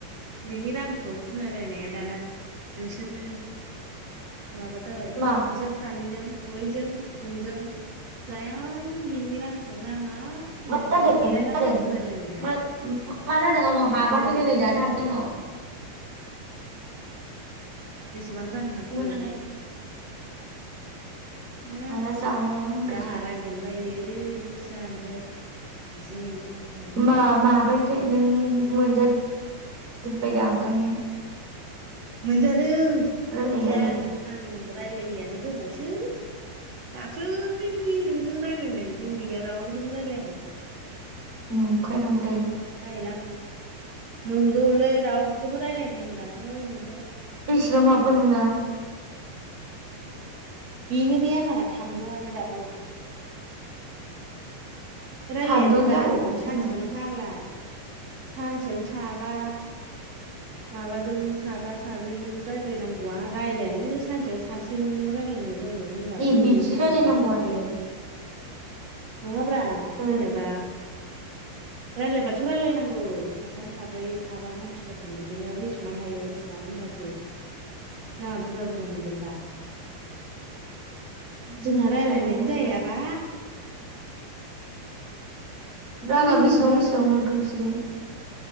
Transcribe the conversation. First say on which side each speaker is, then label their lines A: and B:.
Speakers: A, on the right; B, on the right.
A: बेनि रांखौ होनलायलायनाया दाना नोंसोरनो माबा जाबाय नोंसोर
B: मा
A: सानैजों बैजों नोंजों जायां बिनि रांखौ नाङा आंनो
B: मा जादों
A: ओरैनो मोननाय
B: मा
A: रांखौ
B: जादों
A: होनलायलायनाया
B: मा मा जादों आंनाव हाबाखैनो
A: ओमफ्राय दा बेखौनो
B: नै दासो हाबदों नै
A: बेसेबां रां हाबखो
B: नालाय
A: उम
B: माला जाया होनखोसै
A: दा आंहा रायज्लायनो बायो नोंस्रा ओमफ्राय जि ख्लां ख्लां
B: मा माबायखो नों मोनजाजोबबायदां ओंखायनो
A: मोनजादों
B: रायलायनो
A: गैया
B: बायो
A: आं रायज्लायैयानो गोबावसै दाख्लै नोंजों रायज्लाय नायनिफ्रायनो गैया रावजोंबो रायज्लायाखै
B: नंखायना नंगौ थाय
A: बायोलां नंगौलै रावजोंबो रायजलायखै आं दाख्लै नों
B: बेसेबां हाबखो नोंना
A: बेनो बे आंना थामजौआनो दाबो रायज्लायानोबा
B: थामजौआनो जाबावाखैसो
A: आङो सानसेयावनो
B: आंना
A: फाग्ला सानसेयावनो साबा माबाजों साबा साब्रैजों रायजलायनांगौआ रायज्लायानो सानसेयाव सासेजोंल' रायज्लायनाय जायो होनबालाय
B: ए
A: बोरै
B: बिदि
A: जानांगौ
B: रायलायनांगौ
A: जाखो
B: आरो
A: नङाब्रा
B: हो
A: जेनेबा
B: <inaudible>
A: रायलायबाथ' रायजलायनांगौ साथाम साब्रै साबा मानसिफोरजों बिदिनो जेसेबां हायो एसेबां हो नबासो रांआ बुरजा बुरजा मोनगोन दा
B: ओमफ्राय
A: जोंहा रायलायनायानो
B: रायलायानोबा
A: जायाबा
B: राङा
A: नों बुंहरबा
B: बेसेबां बेसेबां
A: आङो
B: मोनखो बेसोरो?